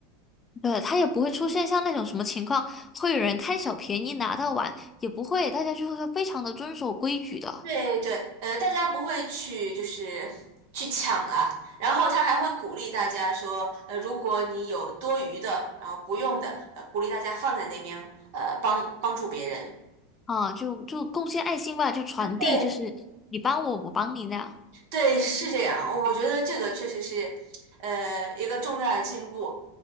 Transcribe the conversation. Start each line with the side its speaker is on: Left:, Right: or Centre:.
Left: 对，他也不会出现像那种什么情况，会有人贪小便宜拿到碗，也不会，大家就会非常的遵守规矩的
Right: 对对，呃，大家不会去就是去抢啊，然后他还会鼓励大家说，呃，如果你有多余的，然后不用的，呃，鼓励大家放在那边，呃，帮帮助别人。
Left: 啊，就就贡献爱心吧，就传递，
Right: 对
Left: 就是你帮我，我帮你那样，
Right: 对，是这样，我觉得这个确实是，呃，一个重大的进步。